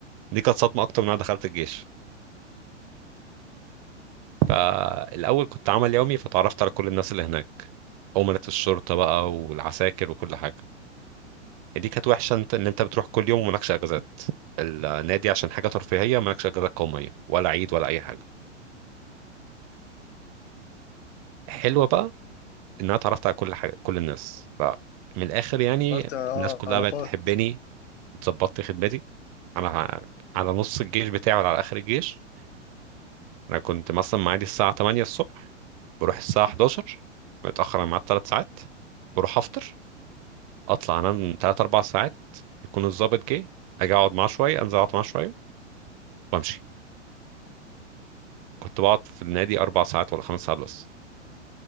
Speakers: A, on the right (about 30°); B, on the left (about 60°).
A: دي كانت صدمه اكتر من انا دخلت الجيش فالاول كنت عمل يومي فتعرفت على كل الناس اللي هناك أمنة الشرطة بقى والعساكر وكل حاجة دي كانت وحشة انت ان انت بتروح كل يوم ومالكش اجازات النادي عشان حاجة ترفيهية مالكش اجازات قومية ولا عيد ولا اي حاجة حلوة بقى ان انا اتعرفت على كل حاجة كل الناس فمن الاخر يعني
B: عملت اه
A: الناس كلها
B: علاقات
A: بقت تحبني ظبطت خدمتي انا ع- على نص الجيش بتاعي ولا على اخر الجيش انا كنت مثلا معادي الساعه 8 الصبح بروح الساعه 11 متاخر عن ميعاد 3 ساعات بروح افطر اطلع انام 3 4 ساعات يكون الضابط جه اجي اقعد معاه شويه انزل اقعد معاه شويه وامشي كنت بقعد في النادي اربع ساعات ولا خمس ساعات بس